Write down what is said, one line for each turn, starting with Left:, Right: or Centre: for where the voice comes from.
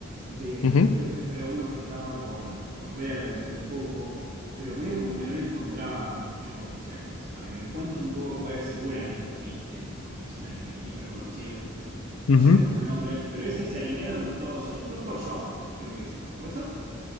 Right: de,
Left: ujú,
Right: creo que era uno que estaba por, por ver dentro de poco, pero medio como que no le encontraba mucho, o sea, para que me cuentes un poco cuál es, seguramente lo viste, porque es un anime hiper conocido No
Left: ujú,
Right: sé
Left: ujú.
Right: cómo es el nombre, pero es ese anime donde todos son. Doctor Stone, creo que es. ¿Puede ser?